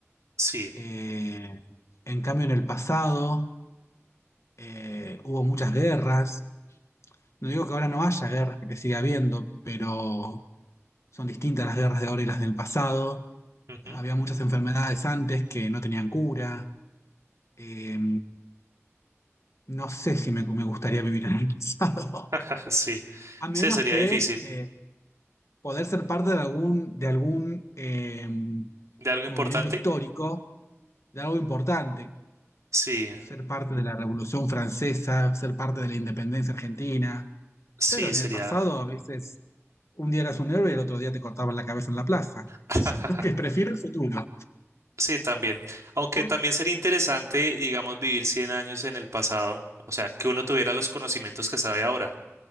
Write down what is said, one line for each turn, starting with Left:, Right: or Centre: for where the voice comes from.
Right: Sí.
Left: Eh, en cambio, en el pasado eh, hubo muchas guerras. No digo que ahora no haya guerras, porque sigue habiendo, pero son distintas las guerras de ahora y las del pasado.
Right: ujú,
Left: Había muchas enfermedades antes que no tenían cura. Eh, no sé si me, me gustaría vivir en el pasado,
Right: <laughs> Sí.
Left: <laughs> a menos
Right: Sí, sería
Left: que
Right: difícil.
Left: eh, poder ser parte de algún, de algún eh,
Right: ¿De algo importante?
Left: movimiento histórico, de algo importante,
Right: Sí.
Left: ser parte de la Revolución Francesa, ser parte de la independencia argentina
Right: Sí,
Left: Pero en
Right: sería.
Left: el pasado a veces un día eras un héroe y el otro día te cortaban la cabeza en la plaza.
Right: <laughs>
Left: <laughs> Que prefiero el futuro.
Right: Sí, también. Aunque
Left: ¿no?
Right: también sería interesante, digamos, vivir 100 años en el pasado. O sea, que uno tuviera los conocimientos que sabe ahora.